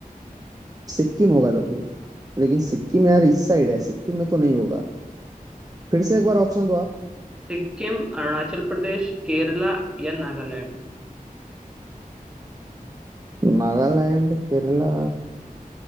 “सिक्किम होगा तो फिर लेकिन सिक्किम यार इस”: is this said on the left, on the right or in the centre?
Right